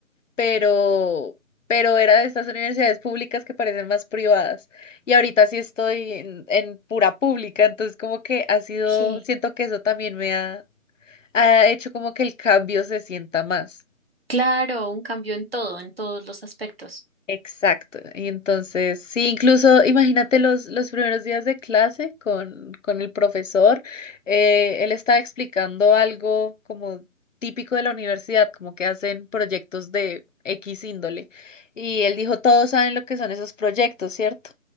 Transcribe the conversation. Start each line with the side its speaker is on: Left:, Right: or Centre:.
Left: pero pero era de estas universidades públicas que parecen más privadas. Y ahorita sí estoy en, en pura pública, entonces como que ha sido,
Right: Ok.
Left: siento que eso también me ha, ha hecho como que el cambio se sienta más.
Right: Claro, un cambio en todo, en todos los aspectos.
Left: Exacto. Y entonces, sí, incluso imagínate los, los primeros días de clase con, con el profesor. eh, él estaba explicando algo como típico de la universidad, como que hacen proyectos de X índole. Y él dijo, todos saben lo que son esos proyectos, ¿cierto?